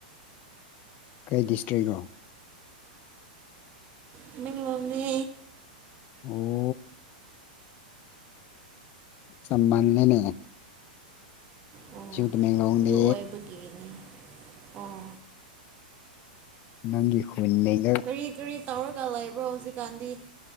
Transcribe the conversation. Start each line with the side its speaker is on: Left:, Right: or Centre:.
Left: ꯀꯩ ꯗꯤꯁꯇ꯭ꯔꯤꯛꯅꯣ
Right: ꯇꯃꯦꯡꯂꯣꯡꯅꯦ
Left: ꯑꯣ <unintelligible>
Right: ꯑꯣ
Left: ꯑꯩꯁꯨ ꯇꯃꯦꯡꯂꯣꯡꯅꯦ
Right: ꯑꯗꯨ ꯑꯣꯏꯣꯏꯕꯒꯤꯅꯤ ꯑꯣ
Left: ꯅꯪꯒꯤ ꯈꯨꯟ <unintelligible>
Right: ꯀꯔꯤ ꯀꯔꯤ ꯇꯧꯔꯒ ꯂꯩꯕ꯭ꯔꯣ ꯍꯧꯖꯤꯛꯀꯥꯟꯗꯤ